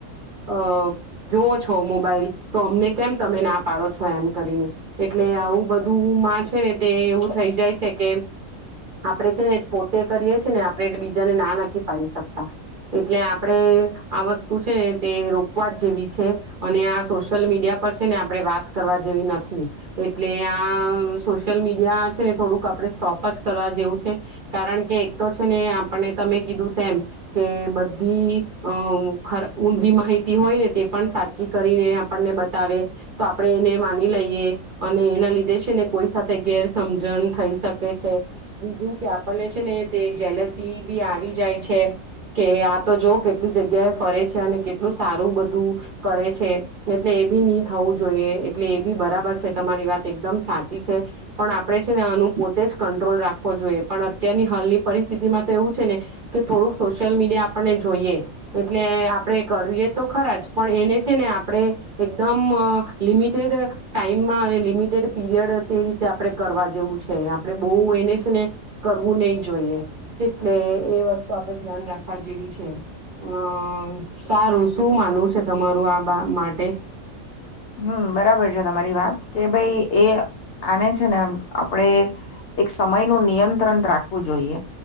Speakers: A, on the right; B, on the left.
A: અ જોવ છો મોબાઈલ તો અમને કેમ તમે ના પાડો છો એમ કરીને એટલે આવું બધું માં છે ને તે એવું થઈ જાય છે કે આપણેે છે ને પોતે કરીએી ને આપણે બીજાને ના નથી પાડી શકતા એટલે આપણે આ વસ્તુ છે ને તે રોકવા જ જેવી છે અને આ સોશિયલ મીડિયા પર છે ને આપણે વાત કરવા જેવી નથી એટલે આ સ સોશલ મીડિયા છે ને થોડુંક આપણે સ્ટોપ જ કરવા જેવું છે કારણ કે, એક તો છે ને આપને તમે કીધું તેમ કે બધી અ ઊંધી માહિતી હોય ને તે પણ સાચી કરીને આપણને બતાવે તો આપણે એને માની લઈએ અને એના લીધે છે ને કોઈ સાથે ગેરસજણ થઈ શકે છે બીજું કે, આપણને છે ને, તે જેલસી બી આવી જાય છે કે આ તો જો કેટલી જગ્યા એ ફરે છે અને કેટલું સારું બધું કરે છે એટલે એ બી નહી થવું જોઈએ એટલે એ બી બરાબર છે તમારી વાત એકદમ સાચી પણ આપણે છે ને આનું પોતે જ કંટ્રોલ રાખવો જોઈએ પણ અત્યારની હાલની પરિસ્થિતિમાં તો એવું છે ને કે થોડુંક સોશિયલ મીડિયા આપણને જોઈએ એટલે આપણે કરીએ તો ખરા જ પણ એને છે ને આપણે એકદમ લિમિટેડ ટાઈમમાં અને લિમિટેડ પીરિયડ તે રીતે આપણે કરવા જેવું છે આપડણે બહુ એને છે ને કરવું નહી જોઈએ એટલે એ વસ્તુ આપણેે ધ્યાન રાખવા જેવી છે અમ સારું શું માનવું છે તમારું આ બા માટે
B: હમ, બરાબર છે. તમારી વાત કે ભાઈ એ આને છે ને આપણેે એક સમય નું નિયંત્રણ રાખવું જોઈએ